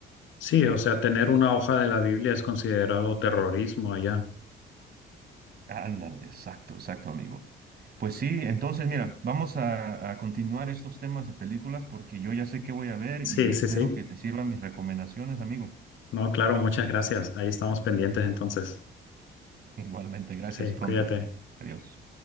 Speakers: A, on the left; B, on the right.
A: Sí, o sea, tener una hoja de la Biblia es considerado terrorismo allá.
B: Ándale, exacto, exacto, amigo. Pues sí, entonces mira, vamos a, a continuar estos temas de películas porque yo ya sé qué voy a ver
A: Sí,
B: y
A: sí,
B: espero
A: sí.
B: que te sirvan mis recomendaciones, amigo.
A: No, claro, muchas gracias. Ahí estamos pendientes entonces.
B: Igualmente, gracias.
A: Sí,
B: Pronto.
A: cuídate.
B: Adiós.